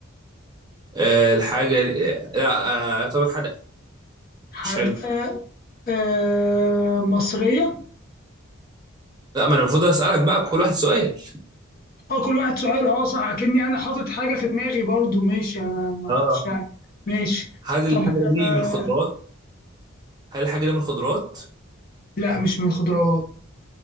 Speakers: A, on the right; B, on the left.
A: آه الحاجه دي- آه لا آه، اعتبر حدق
B: حادقه
A: مش حلو
B: آه مصريه
A: لا ما انا المفروض اسالك بقى كل واحد سؤال
B: اه كل واحد سؤال اه صح كأني انا حاطط حاجة في دماغي برضو ماشي انا ما
A: اه
B: كنتش عارف ماشي
A: هل
B: طب
A: الحاجه دي
B: آه
A: من الخضروات هل الحاجه دي من الخضروات
B: لا مش من الخضروات